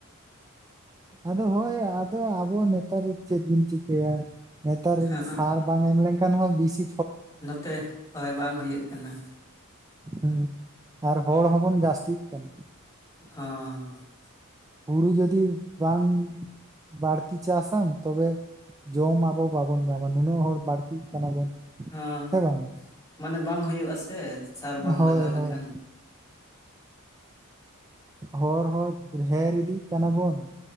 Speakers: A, on the right; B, on the left.
A: ᱟᱫᱚ ᱦᱳᱭ ᱟᱫᱚ ᱟᱵᱚ ᱱᱮᱛᱟᱨ ᱪᱮᱫ ᱵᱤᱱ ᱪᱤᱠᱟᱹᱭᱟ ᱱᱮᱛᱟᱨ
B: ᱦᱚᱸᱜ
A: ᱥᱟᱨ᱾ ᱵᱟᱝ ᱮᱢ ᱞᱮᱱᱠᱷᱟᱱ ᱦᱚᱸ ᱵᱤᱥᱤ᱾
B: ᱱᱚᱛᱮ ᱦᱳᱭ ᱵᱟᱝ ᱦᱩᱭᱩᱜ ᱠᱟᱱᱟ᱾
A: ᱦᱩᱸ ᱟᱨ ᱦᱚᱲ ᱦᱚᱸᱵᱚᱱ ᱡᱟᱹᱥᱛᱤᱜ ᱠᱟᱱᱟ᱾
B: ᱦᱚᱸ᱾
A: ᱦᱩᱲᱩ ᱡᱩᱚᱫᱤ ᱵᱟᱝ ᱵᱟᱲᱛᱤ ᱪᱟᱥᱟᱢ ᱛᱚᱵᱮ᱾ ᱡᱚᱢ ᱟᱵᱚ ᱵᱟᱵᱚᱱ ᱧᱟᱢᱟ ᱱᱩᱱᱟᱹᱜ ᱦᱚᱲ ᱵᱟᱹᱲᱛᱤ ᱠᱟᱱᱟ ᱵᱚᱱ᱾
B: ᱦᱮᱸ
A: ᱥᱮ ᱵᱟᱝ
B: ᱢᱟᱱᱮ ᱵᱟᱝ ᱦᱩᱭᱩᱜᱼᱟ ᱥᱮ ᱥᱟᱨ ᱵᱟᱝ
A: ᱦᱳᱭ
B: ᱞᱟᱜᱟᱣ ᱞᱮᱠᱷᱟᱱ᱾
A: ᱦᱳᱭ ᱦᱚᱨ ᱦᱚ ᱰᱷᱮᱨ ᱤᱫᱤ ᱠᱟᱱᱟ ᱵᱚᱱ᱾